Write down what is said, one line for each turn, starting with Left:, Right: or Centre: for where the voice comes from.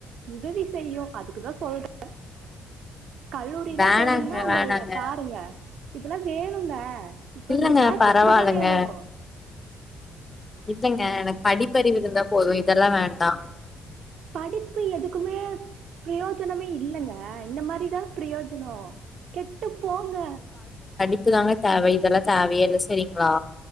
Right: உதவி செய்யு அதுக்குதா சொல்றேன் கல்லூரிலாம்
Left: வேணாங்க
Right: போனீங்ன்னா உங்களையேப்
Left: வேணாங்க
Right: பாருங்க இதெல்லா வேணுங்க இப்ப
Left: இல்லங்க
Right: இந்த காலத்துக்
Left: பரவால்லங்க
Right: இதுதான் வேணும்
Left: இல்லங்க எனக்கு படிப்பறிவு இருந்தா போது இதெல்லா வேண்டா
Right: படிப்பு எதுக்குமே பிரயோஜனமே இல்லங்க இந்த மாரிதான் பிரயோஜனம் கெட்டு போங்க
Left: புக்குதாங்க தேவை இதெல்லா தேவையே இல்ல சரிங்களா